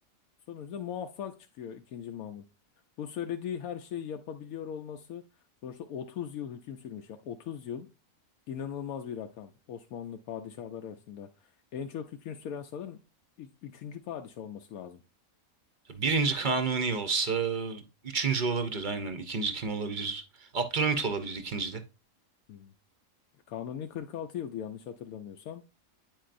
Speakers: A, on the left; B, on the right.
A: sonuçta muvaffak çıkıyor ikinci Mahmut. Bu söylediği her şeyi yapabiliyor olması sonuçta 30 yıl hüküm sürmüş. ya 30 yıl inanılmaz bir rakam Osmanlı padişahlar arasında. En çok hüküm süren sanırım ik- Üçüncü padişah olması lazım.
B: Birinci Kanuni olsa üçüncü olabilir aynen. İkinci kim olabilir? Abdülhamit olabilir ikinci de.
A: Hmm. Kanuni 46 yıldı yanlış hatırlamıyorsam.